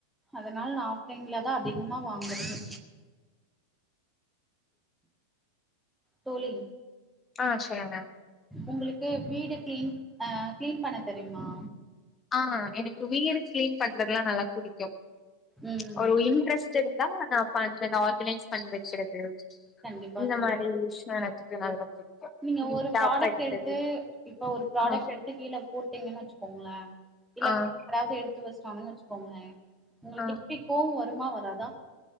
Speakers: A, in the centre; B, on the left (about 20°).
A: அதனால நான் ஆஃப்லைன்லதான் அதிகமா வாங்கறது தோழி
B: ஆஹ் செல்லுங்க
A: உங்களுக்கு வீடு கிளீன் அஹ் கிளீன் பண்ண தெரியுமா
B: ஆஹ் எனக்கு வீடு கிளீன் பண்றதெல்லாம் நல்லா புடிக்கும்
A: ம்
B: ஒரு இன்ரஸ்ட் புடிச்சிருந்தா நான் அ அந்த ஆர்கனைஸ் பண்ணி வைக்கிறது
A: கண்டிப்பா
B: இந்த
A: தோழி
B: மாதிரி விஷய எனக்கு <unintelligible>
A: நீங்க
B: நீட்டா
A: ஒரு ப்ராடக்ட்
B: வெக்கிறது
A: எடுத்து இப்ப ஒரு ப்ராடக்ட்
B: ஆ
A: எடுத்து கீழே போட்டீங்கன்னு வச்சுக்கோங்களே இல்ல
B: ஆ
A: அதாவது இவ்ள ஷாங்குன்னு வச்சுக்கோங்க உங்களுக்கு
B: ஆ
A: எப்படி கோவம் வரும் வரும்மா வராதா